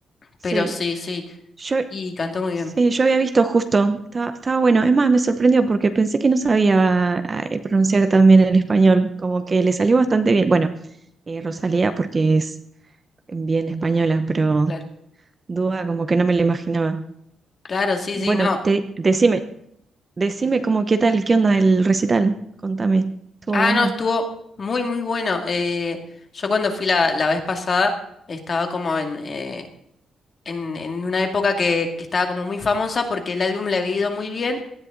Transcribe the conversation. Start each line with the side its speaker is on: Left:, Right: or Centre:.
Right: Sí,
Left: pero sí, sí,
Right: yo,
Left: y cantó muy bien.
Right: Sí, yo había visto justo, estaba, estaba bueno. Es más, me sorprendió porque pensé que no sabía ah, eh, pronunciar tan bien el español, como que le salió bastante bien. Bueno, eh, Rosalía porque es bien española, pero
Left: Claro,
Right: duda como que no me lo imaginaba.
Left: claro, sí,
Right: Bueno,
Left: sí, no.
Right: te, decime, decime como qué tal, qué onda el recital, contame. ¿Estuvo
Left: Ah,
Right: bueno?
Left: no, estuvo muy, muy bueno. Eh, yo cuando fui la, la vez pasada estaba como en, eh, en, en una época que, que estaba como muy famosa porque el álbum le había ido muy bien